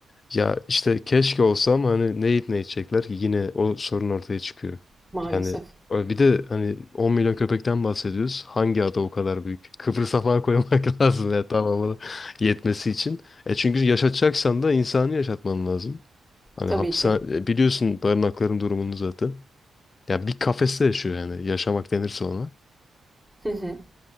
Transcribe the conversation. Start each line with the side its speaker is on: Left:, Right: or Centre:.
Left: Ya işte keşke olsa ama hani ne yiyip ne içecekler ki yine o sorun ortaya çıkıyor.
Centre: Maalesef.
Left: Yani e, bir de hani 10 milyon köpekten bahsediyoruz. Hangi ada o kadar büyük? Kıbrıs'a falan koymak <laughs> lazım ya tamamını yetmesi için. E çünkü yaşatacaksan da insanı yaşatman lazım. Hani
Centre: Tabii
Left: hapishane
Centre: ki.
Left: biliyorsun barınakların durumunu zaten. Ya bir kafeste yaşıyor yani yaşamak denirse ona.
Centre: <laughs>